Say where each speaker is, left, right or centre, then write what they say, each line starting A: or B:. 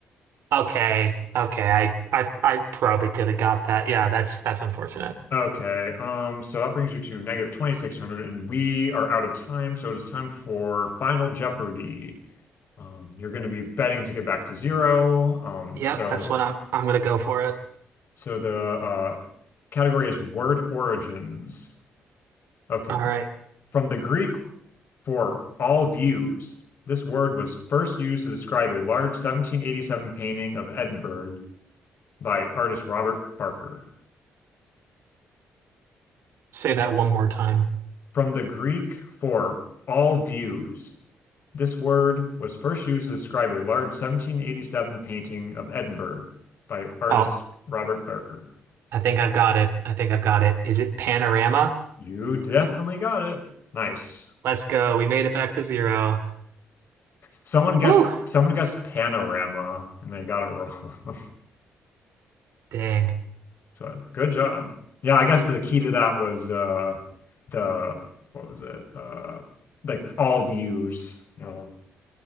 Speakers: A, on the right (about 80°); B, on the left (about 65°).
A: okay. Okay. I I I probably could have got that. Yeah, that's that's unfortunate.
B: Okay, um, so that brings you to negative 2600, and we are out of time, so it is time for Final Jeopardy. Um, you're going to be betting to get back to zero. Um,
A: Yep,
B: so,
A: that's what I'm I'm gonna go for it.
B: so the uh, category is word origins. Okay.
A: All right.
B: From the Greek for all views. This word was first used to describe a large 1787 painting of Edinburgh by artist Robert Barker.
A: Say that one more time.
B: From the Greek for all views, this word was first used to describe a large 1787 painting of Edinburgh by artist
A: Oh,
B: Robert Barker.
A: I think I've got it. I think I've got it. Is it panorama?
B: You definitely got it. Nice.
A: Let's go. We made it back to zero.
B: Someone guessed
A: Whew.
B: someone guessed panorama and they got it <laughs> wrong.
A: Dang.
B: So good job. Yeah, I guess the key to that was uh the what was it? Uh like all views, you know.